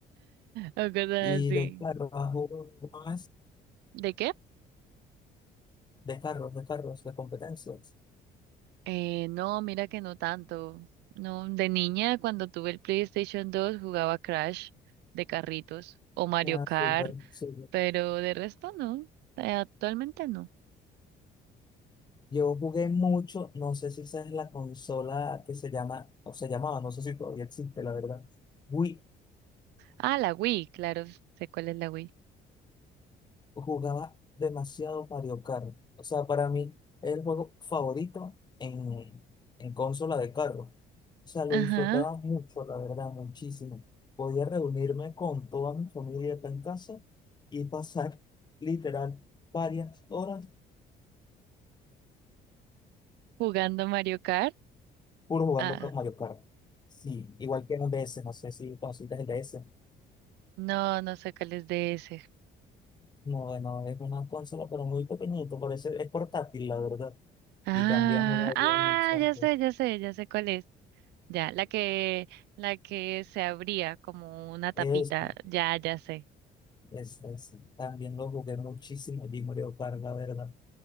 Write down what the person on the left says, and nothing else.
Y
de carros, a jugar más
de carros, de carros, de competencias.
Ah,
súper, sí.
Yo jugué mucho, no sé si esa es la consola que se llama, o se llamaba, no sé si todavía existe, la verdad. Wii,
jugaba demasiado Mario Kart. O sea, para mí es el juego favorito en, en consola de carro. O sea, lo
disfrutaba mucho, la verdad, muchísimo. Podía reunirme con toda mi familia acá en casa y pasar <laughs> literal varias horas
puro jugando
con Mario Kart. Sí, igual que en DS, no sé si conociste el DS.
No, no, es una consola, pero muy pequeñito, parece, es portátil, la verdad.
Y también juega
bien mucho.
Es,
es, es- también lo jugué muchísimo y Mario Kart, la verdad.